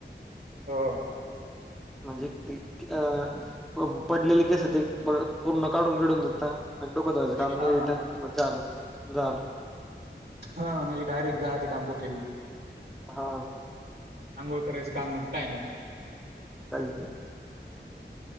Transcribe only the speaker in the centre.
म्हणजे ते अ पडलेले केस ते पूर्ण काढून बीडून धुता आणि डोकं धुवायचं काम
नाही रिटर्न मग झालं. झालं.
हा.
काय झालं.